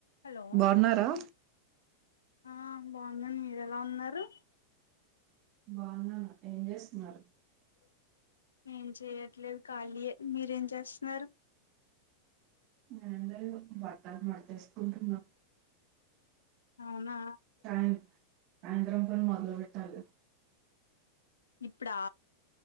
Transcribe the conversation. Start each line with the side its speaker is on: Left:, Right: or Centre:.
Left: హలో
Right: బాగున్నారా
Left: ఆ బాగున్నాను మీరు ఎలా ఉన్నారు
Right: బాగున్నాను ఏం చేస్తున్నారు
Left: ఏం చెయట్లేదు కాలీయే. మీరేం చేస్తున్నారు?
Right: ఏంలేదు బట్టలు మడ్తేసుకుంటున్నం.
Left: అవునా.
Right: సాయ సాయంత్రం పనులు మొదలు పెట్టాలి.
Left: ఇప్పుడా